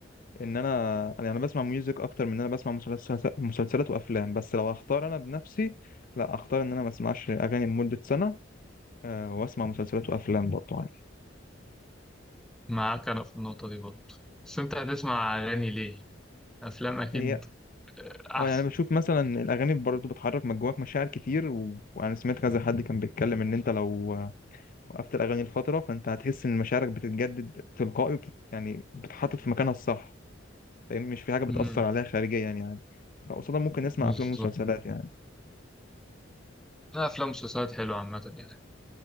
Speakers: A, on the left; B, in the centre.
A: ان انا يعني انا بسمع ميوزك اكتر من ان انا بسمع مسلسلات مسلسلات وافلام بس لو اختار انا بنفسي لا اختار ان انا ما اسمعش اغاني لمدة سنة أه واسمع مسلسلات وافلام برضه عادي
B: معاك أنا في النقطة دي برضه بس أنت هتسمع أغاني ليه؟ أفلام أكيد
A: هي
B: آه،
A: اه
B: أحسن
A: يعني بشوف مثلا الاغاني برضه بتحرك من جواك مشاعر كتير و... وانا سمعت كذا حد كان بيتكلم ان انت لو وقفت الاغاني لفتره فانت هتحس ان مشاعرك بتتجدد تلقائي وبت... يعني بتحطت في مكانها الصح فاهم مش في حاجه بتاثر
B: مم.
A: عليها خارجيا يعني فقصادها ممكن نسمع
B: بالظبط
A: افلام ومسلسلات يعني
B: لا أفلام ومسلسلات حلوة عامة يعني